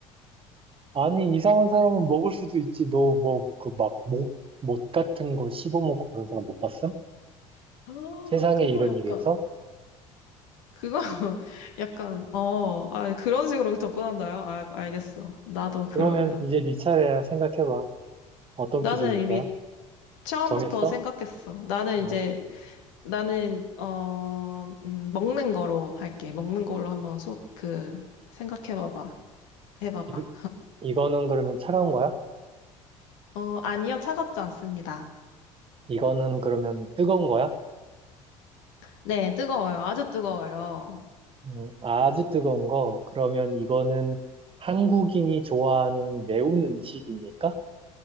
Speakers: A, on the right (about 30°); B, on the left (about 65°).
A: 아니, 이상한 사람은 먹을 수도 있지. 너 뭐, 그 막, 못, 못 같은 거 씹어먹고 그런 사람 못 봤음?
B: <gasps> 아,
A: 세상에
B: 그거
A: 이런
B: 약간
A: 일이 있어?
B: 그거 <laughs> 약간 어, 아, 그런 식으로 접근한다요? 아, 알겠어. 나도 그러면
A: 그러면 이제 네 차례야. 생각해봐. 어떤
B: 나는
A: 퀴즈 낼
B: 이미
A: 거야?
B: 처음부터
A: 정했어?
B: 생각했어. 나는
A: 어.
B: 이제 나는 어 음, 먹는 거로 할게. 먹는 걸로 한번 속그 생각해봐봐. 해봐봐.
A: 이, 이거는 그러면 차가운 거야?
B: 어 아니요 차갑지 않습니다.
A: 이거는 그러면 뜨거운 거야?
B: 네 뜨거워요. 아주 뜨거워요.
A: 음, 아주 뜨거운 거. 그러면 이거는 한국인이 좋아하는 매운 음식입니까?